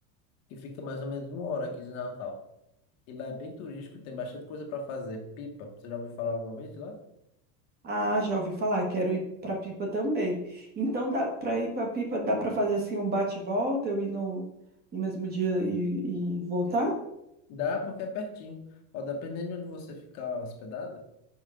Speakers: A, on the left; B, on the right.
A: que fica mais ou menos uma hora aqui de Natal. E lá é bem turístico, tem bastante coisa para fazer. Pipa, você já ouviu falar alguma vez de lá?
B: Ah, já ouvi falar, quero ir pra Pipa também. Então dá para ir pra Pipa, dá pra fazer assim um bate e volta, eu ir no, no mesmo dia e, e voltar?
A: Dá porque é pertinho. Ó, dependendo de onde você ficar hospedada,